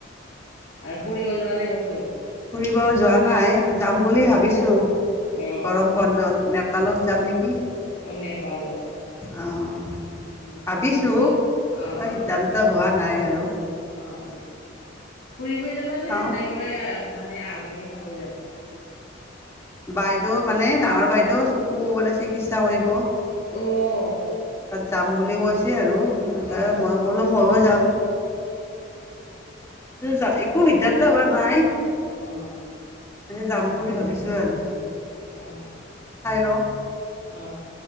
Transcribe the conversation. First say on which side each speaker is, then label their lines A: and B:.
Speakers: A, on the left; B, on the left.
A: আৰু ফুৰিব যোৱা নাই কতো?
B: ফুৰিব যোৱা নাই, যাম বুলি
A: উম,
B: ভাবিছো
A: অ
B: গৰম বন্ধত, নেপালত যাম নেকি। অ'
A: নেপালত
B: অ'।
A: অ'
B: ভাবিছো
A: অ'
B: পুৰা সিদ্ধান্ত হোৱা নাই আৰু
A: অ', অ' ফুৰিবই যাবানে
B: চাওঁ
A: নাই কিবা মান নে আলহী খাব যাবা।
B: বাইদেউ মানে, ডাঙৰ বাইদেউ চকু মানে চিকিৎসা কৰিব।
A: অহ।
B: তাত যাম বুলি কৈছ চে আৰু তে
A: অ অ
B: মইয়ো ক'লো মইয়ো যাম। যাওঁ, একো সিদ্ধান্ত হোৱা নাই। <unintelligible>
A: অ
B: যাম বুলি ভাবিছোঁ আৰু।
A: অ
B: চাই লওঁ।
A: অ